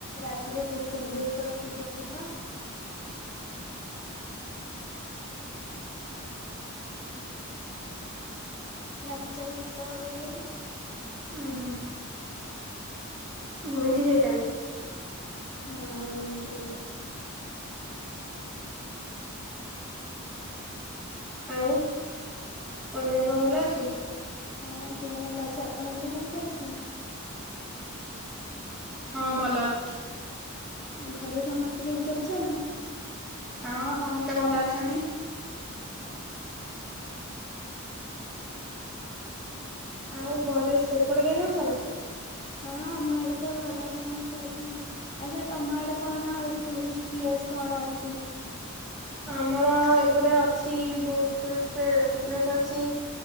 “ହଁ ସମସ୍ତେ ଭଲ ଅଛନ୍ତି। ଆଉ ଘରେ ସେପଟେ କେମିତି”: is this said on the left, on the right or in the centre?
Centre